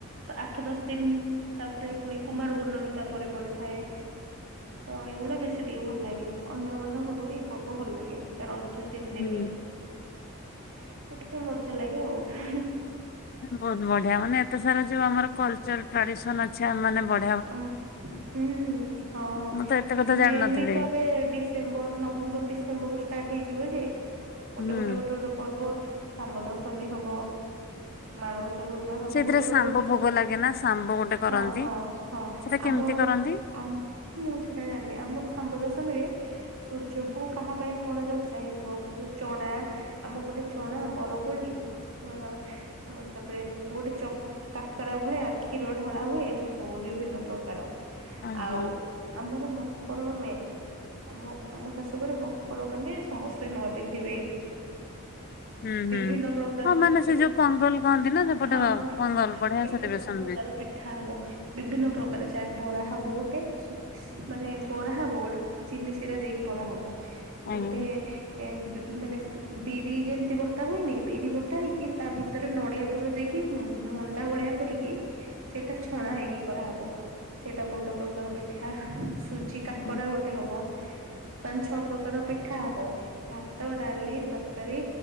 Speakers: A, on the right; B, on the left.
A: ଆଠ ଦଶ ଦିନି ତାପରେ ପୁଣି କୁମାର ପୂର୍ଣ୍ଣମୀ ତା ପରେରେ ପରେ ଥାଏ ତ ଏଇଗୁଡା ବେଶୀ ଟିକେ ଭଲ ଲାଗେ ଅନ୍ୟ ମାନଙ୍କଠୁ ଏଇ ପର୍ବ ଭଲ ଲାଗେ। ରଜ ତିନି ଦିନି
B: ହୁଁ।
A: ମ ଟିକେ ମଜା ଲାଗେ ଆଉ।
B: ବହୁତ୍ ବଢିଆ ମାନେ ଏତେ ସାରା ଯୋଉ ଆମର କଲ୍ଚର୍ ଟ୍ରାଡିସନ୍ ଅଛି ମାନେ ବଢି
A: ହୁଁ ହଁ
B: ମୁଁ ତ ଏତେ କଥା
A: ଏବେ
B: ଜାଣିନଥିଲି
A: ମେନ୍ ଲି ତ ଏବେ ଡି ଡିସେମ୍ବର ନଭେମ୍ବର ଡିସେମ୍ବରରୁୁ ଷ୍ଟାର୍ଟ ହେଇଯିବ ଯେ ଗୋଟେ
B: ହୁଁ
A: ଗୋଟେ ଗୋଟେ ଗୋଟେ ପର୍ବ ଶାମ୍ବ ଦଶମୀ ହବ ମାଣବସା ଗରୁବାର୍ ହବ
B: ସେଇଥିରେ
A: ଗୋଟେ ପରେ
B: ଶାମ୍ବ
A: ଗୋଟେ
B: ଭୋଗ
A: ସବୁ
B: ଲାଗେ ନା ଶାମ୍ବ ଗୋଟେ କରନ୍ତି
A: ହଁ- ହଁ- ହଁ
B: ସେଟା କେମିତି
A: ଆମର
B: କରନ୍ତି
A: ଆ- ମୁଁ ସେଇଟା ଜାଣିନି ଆମର ଶାମ୍ବ ଦଶମୀ ରେ ସୂର୍ଯ୍ୟଙ୍କୁ କାହା ପାଇଁ କଣ ଯଚା ହେଇଥିବ ଯଉ ଚଣା ଆମ ପଟେ ଚଣା, ବରକୋଳି ହଁ - ଆଁ -ତାପରେ ଗୋଟେ ଚ- କାକେରା ଭଳିଆ କ୍ଷୀର ଢଳା ହୁଏ ଏମିତି। ସବୁ ବିଭିନ୍ନ ପ୍ରକାର
B: ଓହୋ
A: ଆଉ ଆମର ମକର ମେନ୍। ଆମ -ଆମ ଶାଶୁଘରେ ମକର ମାନେ ସମସ୍ତେ ନୂଆ ପିନ୍ଧିବେ।
B: ହୁଁ ହୁଁ
A: ବିଭିନ୍ନ ପ୍ରକାର
B: ହଁ ମାନେ ସେ
A: ପିଠା
B: ଯୋଉ ପଙ୍ଗଲ କହନ୍ତି ନା ସେପଟେ
A: ହଁ- ହଁ
B: ପଙ୍ଗଲ
A: -ହଁ
B: ବଢିଆ
A: ବିଭିନ୍ନ
B: ସେଲିବ୍ରେସନ
A: ପ୍ରକାର
B: ହୁଏ
A: ପିଠା ହବ ବିଭିନ୍ନ ପ୍ରକାର ଚା- ବରା ହବ ଗୋଟେ ଶୁଖ୍ ମାନେ ବରା ହବ ଗୋଟେ ଚିନି ସିରା ଦେଇକି ବରା ହବ
B: ଆଜ୍ଞା
A: ଗୋଟେ ଏ ବି-ମାନେ ବି-ବିରି ଯେମିତି ବଟା ହୁଏନି ବିରି ବଟା ହେଇକି ତା ଭିତରେ ନଡ଼ିଆ ପୁର ଦେଇକି ମଣ୍ଡା ଭଳିଆ କରିକି ସେଇଟା ଛଣା ହେଇକି କରାହବ ସେଇଟା ଗୋଟେ ପ୍ରକାର ପିଠା ସୁଜି କାକରା
B: ହୁଁ
A: ଗୋଟେ ହବ ପାଞ୍ଚ ଛଅ ପ୍ରକାର ପିଠା ହବ ଭାତ, ଡାଲି, ତରକାରୀ,